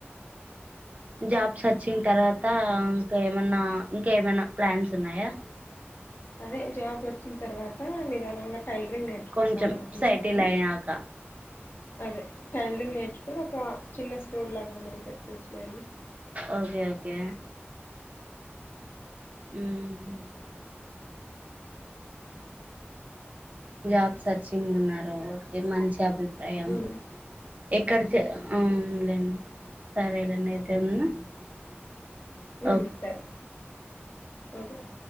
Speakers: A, on the right; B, on the left.
A: జాబ్స్ వచ్చిన తర్వాత ఇంకా ఏమన్నా ఇంకా ఏమైనా ప్లాన్స్ ఉన్నాయా
B: అదే జాబ్ వచ్చిన తర్వాత నిదానంగా టైలరింగ్ నేర్చుకుందాం
A: కొంచెం
B: అనుకుంటున్నాను
A: సైటిల్ అయ్యాక
B: అదే టైలరింగ్ నేర్చుకొ ఒక చిన్న స్టోర్ లాగా ఏమన్న పెట్టుకోవచ్చు ఏవని <unintelligible>
A: ఓకే ఓకే మ్మ్ జాబ్ సెర్చింగ్ ఉన్నారు ఓకే మంచి అభి ఏయం
B: ఉమ్
A: ఇక్కడ కి అవును లేండి సరే లేండి అయితే ఉందన
B: ఉపా <inaudible> చదివిన